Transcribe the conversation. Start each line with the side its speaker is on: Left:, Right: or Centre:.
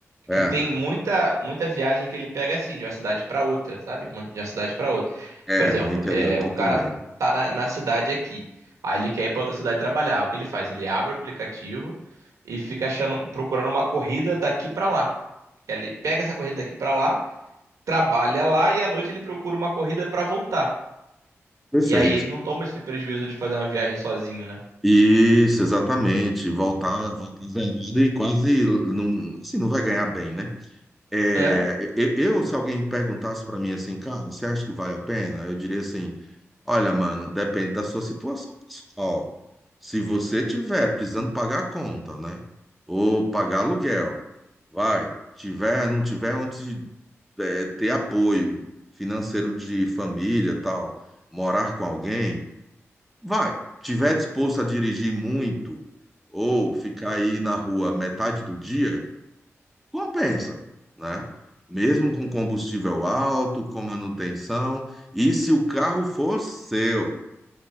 Centre: É,
Right: que tem muita muita viagem que ele pega assim, de uma cidade pra outra, sabe? Uma- De uma cidade pra outra.
Centre: é,
Right: Por exemplo,
Centre: no interior
Right: é,
Centre: aqui
Right: o cara
Centre: também.
Right: tá na, na cidade aqui, aí ele quer ir pra outra cidade trabalhar. O que ele faz? Ele abre o aplicativo e fica achando, procurando uma corrida daqui pra lá. Ele pega essa corrida daqui pra lá, trabalha lá e à noite ele procura uma corrida pra voltar.
Centre: Perfeito.
Right: E aí ele não toma esse prejuízo de fazer uma viagem sozinho, né?
Centre: Isso, exatamente. Voltar, voltar zerado e quase não, assim, não vai ganhar bem, né? É,
Right: É?
Centre: eu, eu, se alguém perguntasse para mim assim, cara, você acha que vale a pena? Eu diria assim, olha, mano, depende da sua situação pessoal. Se você tiver precisando pagar a conta, né? Ou pagar aluguel, vai. Tiver, não tiver onde é, ter apoio financeiro de família, tal, morar com alguém Vai. Tiver disposto a dirigir muito ou ficar aí na rua metade do dia, compensa, né? Mesmo com combustível alto, com manutenção, e se o carro for seu.